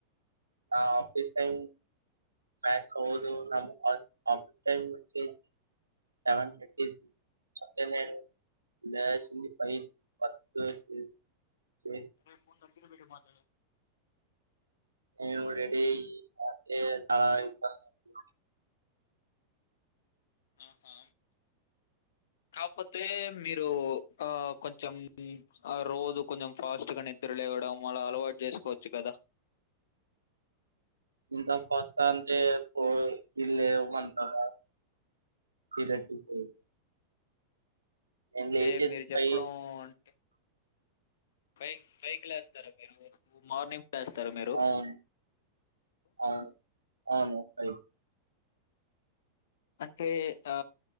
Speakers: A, on the right; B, on the left.
A: ఆఫీస్ టైమ్ <unintelligible>
B: రే ఫోన్ దగ్గర పెట్టి మాట్లాడు
A: నేను రెడీ అయ్యి <unintelligible>
B: ఆహా! కాపోతే మీరు ఆ కొంచెం ఆ రోజు కొంచెం ఫాస్ట్ గా నిద్ర లేవడం అలా అలవాటు చేసుకోవచ్చు కదా
A: ఇంత ఫస్తా అంతే పో లేవు అంతగా ఈరట్టి పోయి నేను
B: అంటే
A: లేచేది
B: మీరు చెప్పడం
A: ఫైవ్
B: అంటే ఫైవ్ ఫై కి లేస్తారా మీరు మార్నింగ్ చేస్తారు మీరు
A: అవును అవును అవును అయి
B: అంటే ఆ